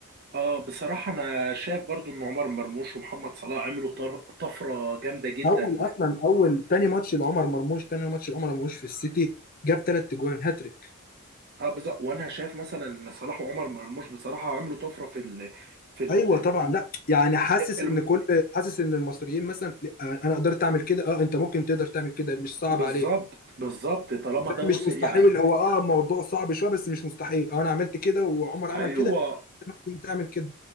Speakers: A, on the right; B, on the left.
A: اه بصراحه انا شايف برضو ان عمر مرموش ومحمد صلاح عملوا طر- طفره جامده جدا
B: اول اصلا اول تاني ماتش لعمر مرموش تاني ماتش لعمر مرموش في السيتي جاب ثلاث اجوان هاتريك
A: اه بالظبط وانا شايف مثلا ان صلاح وعمر مرموش بصراحه عملوا طفره في ال في ال
B: ايوه طبعا لا يعني حاسس
A: الم-
B: ان كل حاسس ان المصريين مثلا لأ، انا قدرت اعمل كده اه انت ممكن تقدر تعمل كده مش صعب
A: بالظبط
B: عليك
A: بالظبط طالما
B: فاهم
A: ده وصل
B: مش مستحيل
A: يعني
B: هو اه موضوع صعب شويه بس مش مستحيل اه انا عملت كده وعمر عمل
A: ايوه
B: كده انت تعمل كده